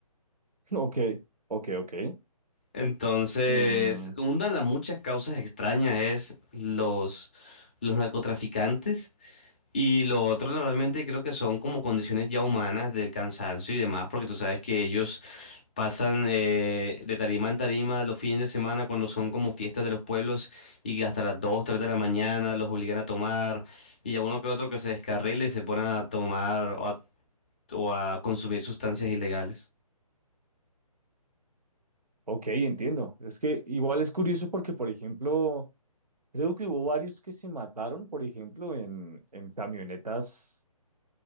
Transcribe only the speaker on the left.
Entonces,
una de las muchas causas extrañas es los, los narcotraficantes. Y lo otro realmente creo que son como condiciones ya humanas del cansancio y demás, porque tú sabes que ellos Pasan eh, de tarima en tarima los fines de semana cuando son como fiestas de los pueblos y hasta las 2 3 de la mañana los obligan a tomar y a uno que otro que se descarrile y se pone a tomar o a, o a consumir sustancias ilegales.